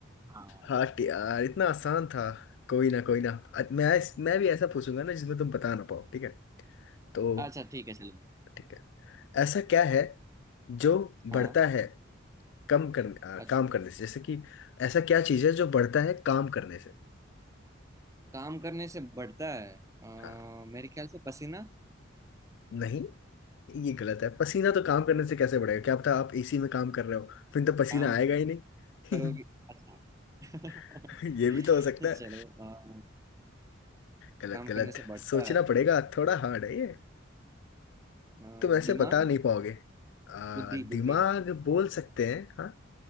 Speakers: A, on the right; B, on the left.
A: हाँ
B: हट यार इतना आसान था कोई ना कोई ना अ- मैं मैं भी ऐसा पूछूंगा ना जिसमें तुम बता ना पाओ ठीक है तो
A: अच्छा ठीक है चलो
B: ठीक है ऐसा क्या है जो
A: हाँ
B: बढ़ता है कम करने आ,
A: अ-
B: काम करने से जैसे कि ऐसा क्या चीज़ है जो बढ़ता है काम करने से
A: काम करने से बढ़ता है अ,
B: हाँ
A: मेरे ख्याल से पसीना
B: नहीं ये गलत है पसीना तो काम करने से कैसे बढ़ेगा क्या पता आप एसी में काम कर रहे हो फिर तो पसीना
A: काम
B: आएगा ही नहीं
A: करोगे अच्छा <laughs>
B: <laughs> ये भी तो हो सकता है
A: चलो अ,
B: गलत
A: काम
B: गलत
A: करने से बढ़ता
B: सोचना
A: है
B: पड़ेगा थोड़ा हार्ड है ये
A: अ,
B: तुम ऐसे
A: दिमाग
B: बता नहीं पाओगे आ,
A: बुद्धि
B: दिमाग
A: बुद्धि
B: बोल सकते हैं हाँ